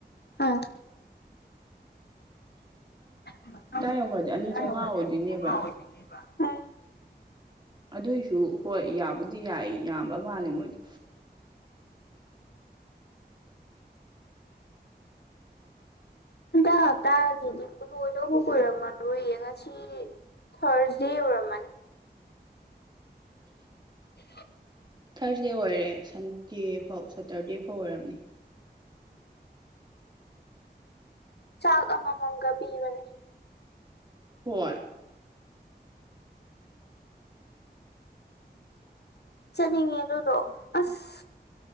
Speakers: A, on the left; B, on the right.
A: ꯑꯥ <unintelligible>
B: ꯍꯞꯇꯥ
A: <inaudible>
B: ꯌꯧꯈ꯭ꯔꯗꯤ ꯑꯅꯤ ꯆꯥꯝꯃꯉꯥ ꯑꯣꯏꯗꯣꯏꯅꯦꯕ
A: <unintelligible> <inaudible>
B: ꯑꯗꯨꯏꯁꯨ ꯍꯣꯏ ꯌꯥꯕꯨꯗꯤ ꯌꯥꯏ ꯌꯥꯝꯕ ꯃꯥꯜꯂꯦ ꯃꯣꯏꯗ
A: ꯍꯟꯇꯥ ꯍꯞꯇꯥꯁꯤꯗꯤꯂꯣꯏꯗꯧ ꯀꯣꯏꯔꯝꯃꯔꯣꯏꯌꯦ ꯉꯁꯤ ꯊꯔꯖꯤ ꯎꯔꯃꯟ <unintelligible> <inaudible>
B: ꯊꯥꯔꯁꯗꯦ ꯑꯣꯏꯔꯦ ꯁꯟꯗꯦ ꯐꯥꯎ ꯁꯇꯔꯗꯦ ꯐꯥꯎ ꯑꯣꯏꯔꯝꯅꯤ
A: ꯆꯥ ꯀꯃ ꯃꯒ ꯄꯤꯕꯅꯦ
B: ꯍꯣꯏ
A: ꯆꯠꯅꯤꯡꯉꯦ ꯑꯗꯨꯗꯣ ꯑꯁ